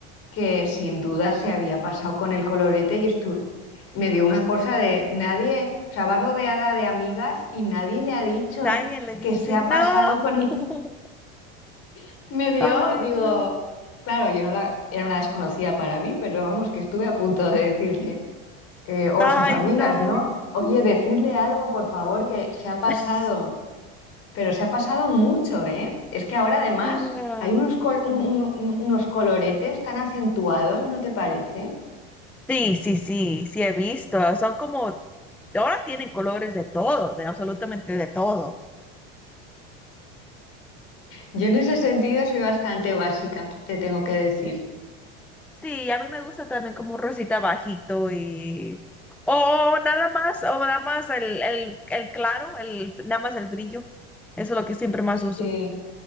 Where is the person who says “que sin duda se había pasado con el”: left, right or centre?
Left